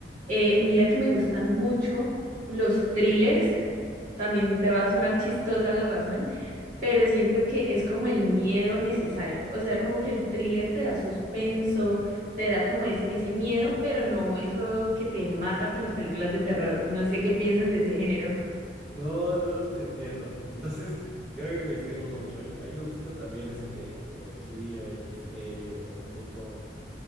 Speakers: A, on the right; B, in the centre.
A: Eh, mira que me gustan mucho los thrillers, también te va a sonar chistosa la razón, pero siento que es como el miedo necesario, o sea, como que el thriller te da suspenso. Te da como es- ese miedo, pero no eso que te mata con las películas de terror. No sé qué piensas de ese género.
B: No, no, no te entiendo. Entonces, <laughs> creo que coincidimos mucho. A mí, a mí me gusta también ese género, como de thriller, misterio, un poco,